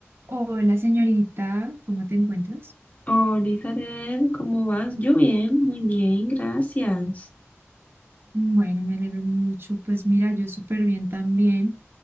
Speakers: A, on the right; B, on the left.
A: Hola señorita, ¿cómo te encuentras?
B: Hola, Karel, ¿cómo vas? Yo bien, muy bien, gracias.
A: Bueno, me alegro mucho. Pues mira, yo súper bien también.